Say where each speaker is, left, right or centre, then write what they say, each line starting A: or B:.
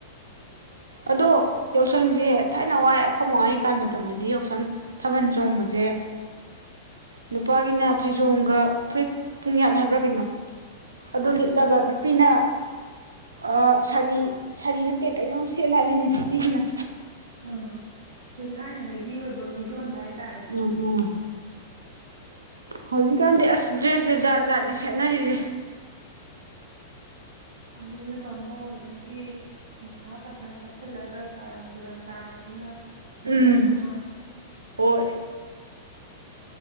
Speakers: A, on the right (about 75°); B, on the right (about 55°).
A: ꯑꯗꯣ ꯌꯥꯎꯁꯪꯖꯦ ꯊꯥꯏꯅ ꯋꯥꯏ ꯑꯈꯣꯏ ꯃꯥꯍꯣꯏꯀꯥꯟ ꯃꯇꯝꯗꯗꯤ ꯌꯥꯎꯁꯪ ꯊꯥꯕꯟ ꯆꯣꯡꯕꯖꯦ ꯅꯨꯄꯥꯒꯤꯅ ꯐꯩꯖꯣꯝꯒ ꯐꯨꯔꯤꯠ ꯄꯨꯡꯌꯥꯠ ꯍꯥꯏꯕ꯭ꯔꯥ ꯀꯩꯅꯣ ꯑꯗꯨ ꯂꯤꯠꯂꯒ ꯅꯨꯄꯤꯅ ꯑꯥ ꯁꯥꯔꯤ ꯁꯥꯔꯤ ꯅꯠꯇꯦ ꯀꯩꯅꯣꯝ ꯁꯦꯠꯂꯦ <unintelligible> ꯄꯤꯒꯤꯅ
B: ꯑꯥ ꯑꯈꯣꯏ ꯊꯥꯏꯅꯉꯩꯒꯤ ꯑꯣꯏꯕ ꯐꯤꯖꯣꯟꯗ ꯍꯥꯏꯇꯥꯔꯦ
A: ꯎꯝ ꯎꯝ ꯍꯧꯖꯤꯛꯀꯥꯟꯗꯤ ꯑꯁ ꯗ꯭ꯔꯦꯁꯁꯦ ꯖꯥꯠ ꯖꯥꯠꯅꯤ ꯁꯦꯠꯅꯔꯤꯖꯦ
B: ꯑꯗꯨꯅꯦ ꯇꯥꯝꯃꯣ ꯑꯗꯒꯤ ꯅꯤꯁꯥꯞ ꯄꯁꯥ ꯆꯥꯁꯤꯜꯂꯒ ꯀꯥꯔꯟ ꯇꯨꯔꯟ ꯇꯥꯅꯩꯌꯦꯅ
A: ꯎꯝ
B: ꯃꯔꯣꯜ ꯑꯃ
A: ꯍꯣꯏ